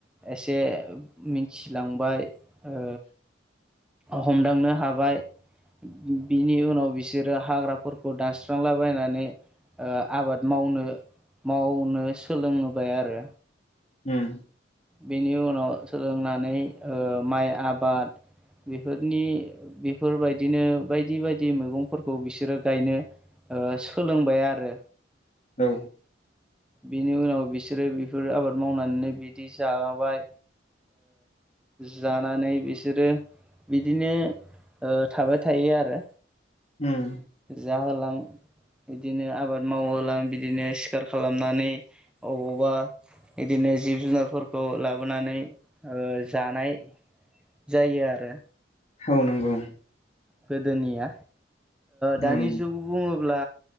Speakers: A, in the centre; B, on the left.
A: एसे मिथिलांबाय ओ हमदांनो हाबाय बिनि उनाव बिसोरो हाग्राफोरखौ दानस्रांलाबायनानै आबाद मावनो मावनो सोलों बाय आरो
B: उम
A: बेनि उनाव सोलोंनानै माइ आबाद बेफोरनि बेफोरबायदिनो बायदि बायदि मैगंफोरखौ बिसोरो गायनो सोलोंबाय आरो
B: औ
A: बिनि उनाव बिसोरो बिफोर आबाद मावनानैनो बिदि जालांबाय। जानानै बिसोरो बिदिनो थाबाय थायो आरो
B: उम
A: जाहोलां बिदिनो आबाद मावहोलां बिदिनो सिखार खालामनानै अबावबा इदिनो जिब जुनारफोरखौ लाबोनानै जानाय जायो आरो
B: औ नंगौ
A: गोदोनिया दानि
B: औ
A: जुगाव बुङोब्ला